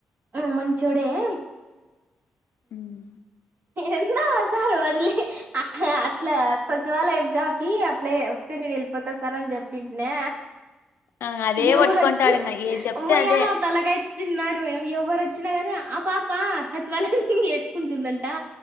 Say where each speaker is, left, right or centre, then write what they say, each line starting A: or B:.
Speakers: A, on the right; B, on the left.
A: ఆ మంచోడే <inaudible>
B: ఉమ్
A: ఎందో ఆసారు వదిలేయి <inaudible> అట్లా సచివాలయం జాబ్ కిి అప్లయ్ వస్తే నేను ఎళ్ళిపోతా సార్ అని చెప్పింట్నా.
B: ఆ అదే
A: ఎవురచ్చి
B: పట్టుకుంటాడు ఇంగ ఏది చెప్తే
A: అమ్మయా
B: అదే
A: నా తలకాయ్ తిన్నాడు మేడం. ఎవరు వచ్చినా కానీ ఆ పాప సచివాలయం ఎసుకుంటుందంటా.